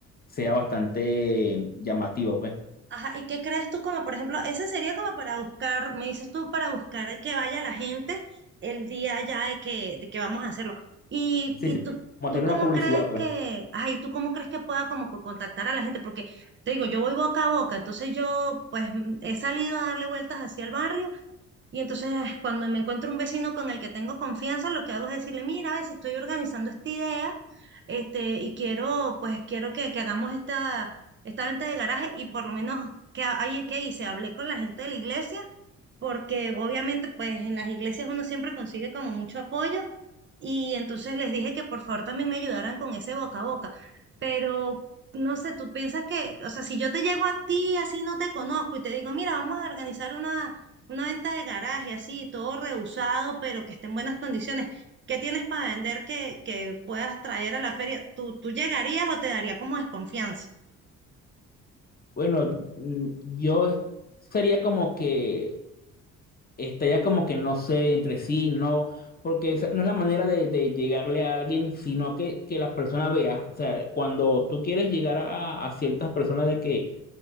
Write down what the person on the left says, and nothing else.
sea bastante llamativo, pues.
Sí,
sí,
como hacer
una publicidad,
pues.
Bueno, mm, yo es- sería como que estaría como que no sé entre sí, no, porque esa no es la manera de, de llegarle a alguien, sino que, que la persona vea. O sea, cuando tú quieres llegar a, a ciertas personas de que